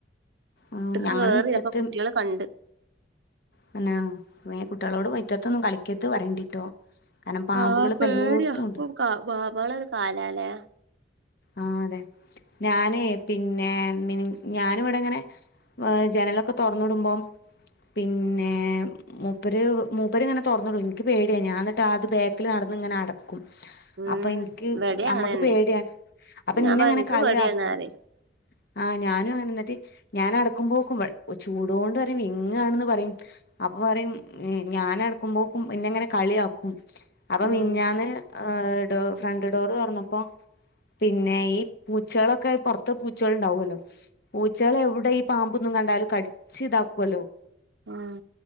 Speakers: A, on the left (about 60°); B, on the right (about 65°).
A: ആഹ്
B: വീട്ടിക്ക്
A: ഞങ്ങള്
B: കേറി
A: മിറ്റത്ത്
B: അപ്പോ കുട്ടികള് കണ്ട്.
A: തന്നെ കുട്ടികളോട് മിറ്റത്തൊന്നും കളിക്കരുത് പറയേണ്ടിട്ടോ. കാരണം പാമ്പുകള്
B: ആഹ്
A: ഇപ്പോ
B: പേടിയാ
A: എല്ലോടുത്തും ഉണ്ട്.
B: ഇപ്പൊ കാ പാമ്പുകളുടെ ഒരു കാലാലേ.
A: ആഹ് അതെ. ഞാനേ പിന്നെ മിനി ഞാന് ഇവിടെ ഇങ്ങനെ വ് ജനലൊക്കെ തുറന്നിടുമ്പം പിന്നെ മൂപ്പര് മൂപ്പര് ഇങ്ങനെ തുറന്നിടും. എനിക്ക് പേടിയാ. ഞാൻ അന്നിട്ട് അത് ബാക്കിൽ നടന്ന് ഇങ്ങനെ അട ക്കും.
B: ഉം
A: അപ്പൊ എനിക്ക്
B: ഇവടിം
A: അമ്മക്ക്
B: അങ്ങനെന്നെ
A: പേടിയാ. അപ്പൊ
B: ഞാൻ
A: എന്നിങ്ങനെ
B: പറയും ഇൻക്ക്
A: കളിയാക്കും.
B: പേടിയാണ് പറയും
A: ആഹ് ഞാനും എന്നിട്ട് ഞാൻ അടക്കുമ്പോക്ക് ഇവൾ ചൂടുകൊണ്ടുവരെ വിങ്ങാണന്ന് പറയും. അപ്പൊ പറയും ഞാനടുക്കുമ്പോക്കും എന്നെ ഇങ്ങനെ കളിയാക്കും. അപ്പോ
B: ആഹ്
A: മിനിഞ്ഞാന്ന് ആഹ് ഡോ ഫ്രണ്ട് ഡോറ് തുറന്നപ്പോ പിന്നെ ഈ പൂച്ചകളൊക്കെ പൊറത്ത് പൂച്ചകൾ ഉണ്ടാവുമല്ലോ. പൂച്ചകളെവിടെ ഈ പാമ്പൊന്നും കണ്ടാല് കടിച്ച് ഇതാക്കുവല്ലോ.
B: ആഹ്.